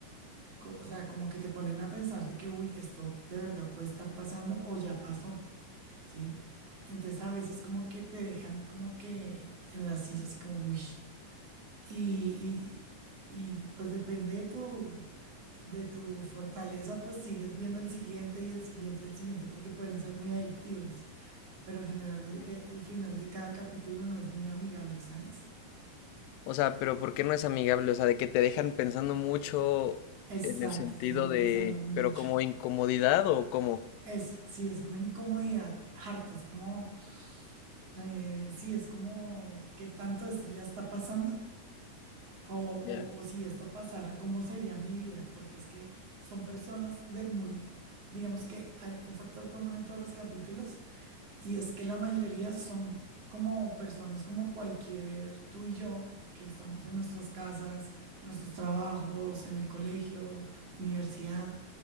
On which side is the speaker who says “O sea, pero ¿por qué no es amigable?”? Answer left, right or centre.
Left